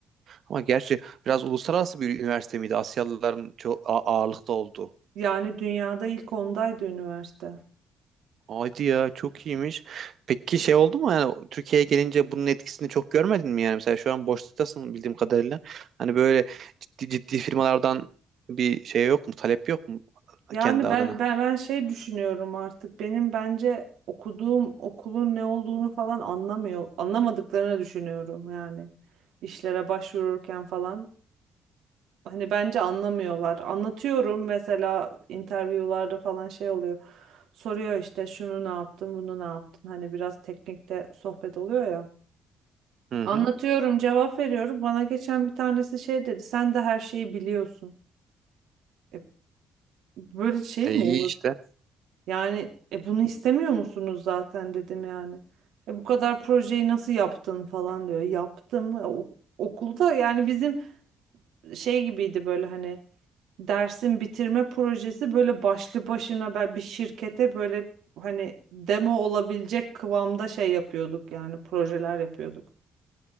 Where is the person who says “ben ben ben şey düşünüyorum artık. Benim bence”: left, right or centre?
Right